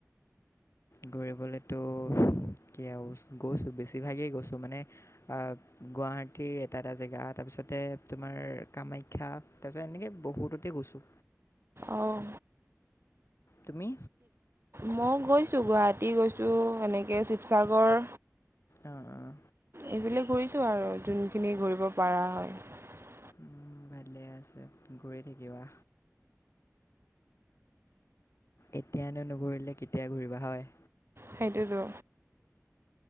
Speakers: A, on the left (about 60°); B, on the right (about 50°).
A: ঘুৰিবলেতো কি আৰু গৈছো বেছিভাগেই গৈছো মানে অহ। গুৱাহাটীৰ এটা এটা জেগা তাৰপিছতে তোমাৰ কামাখ্যা তাৰপিছত এনেকৈ বহুততে গৈছো।
B: অহ।
A: তুমি?
B: মই গৈছোঁ গুৱাহাটী গৈছোঁ এনেকে শিৱসাগৰ
A: অঁ অঁ
B: এইবিলাক ঘূৰিছোঁ আৰু যোনখিনি ঘূৰিব পাৰা হয়।
A: উম ভালে আছে ঘূৰি থাকিবা। এতিয়ানো নুঘূৰিলে কেতিয়া ঘূৰিবা হয়।
B: সেইটোতো।